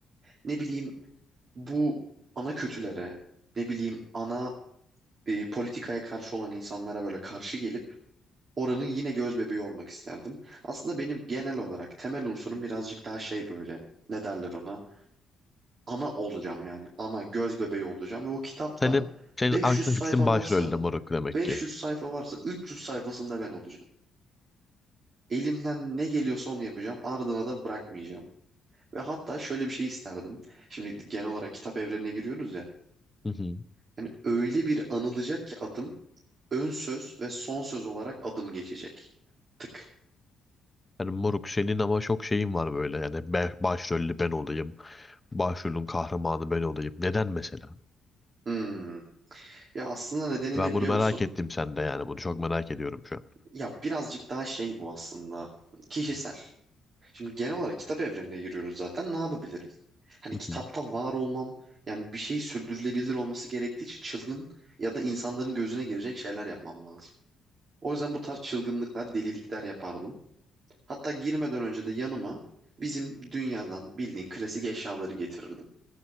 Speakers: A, on the right; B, on the left.
A: Ne bileyim bu ana kötülere, ne bileyim ana e, politikaya karşı olan insanlara böyle karşı gelip oranın yine göz bebeği olmak isterdim. Aslında benim genel olarak temel unsurum birazcık daha şey böyle ne derler ona? Ana olacağım yani. Ana göz bebeği olacağım ve o kitapta
B: Sen hep senin
A: 500
B: aklı
A: sayfa
B: fikrin başrolde
A: varsa
B: moruk demek
A: 500
B: ki.
A: sayfa varsa 300 sayfasında ben olacağım. Elimden ne geliyorsa onu yapacağım. Ardına da bırakmayacağım. Ve hatta şöyle bir şey isterdim. Şimdi genel olarak kitap evrenine giriyoruz ya.
B: Hı hı.
A: Yani öyle bir anılacak ki adım ön söz ve son söz olarak adım geçecek. Tık.
B: Yani moruk senin ama çok şeyin var böyle. Yani ben, başrollü ben olayım. Başrolün kahramanı ben olayım. Neden mesela?
A: Hmm. Ya aslında nedeni
B: Ben
A: ne biliyor
B: bunu merak
A: musun?
B: ettim sende yani. Bunu çok merak ediyorum şu an.
A: Ya birazcık daha şey bu aslında. Kişisel. Şimdi genel olarak kitap evrenine giriyoruz zaten. Ne yapabilirim? Hani
B: Hı
A: kitapta
B: hı.
A: var olmam, yani bir şey sürdürülebilir olması gerektiği için çılgın ya da insanların gözüne girecek şeyler yapmam lazım. O yüzden bu tarz çılgınlıklar, delilikler yapardım. Hatta girmeden önce de yanıma bizim dünyadan bildiğin klasik eşyaları getirirdim.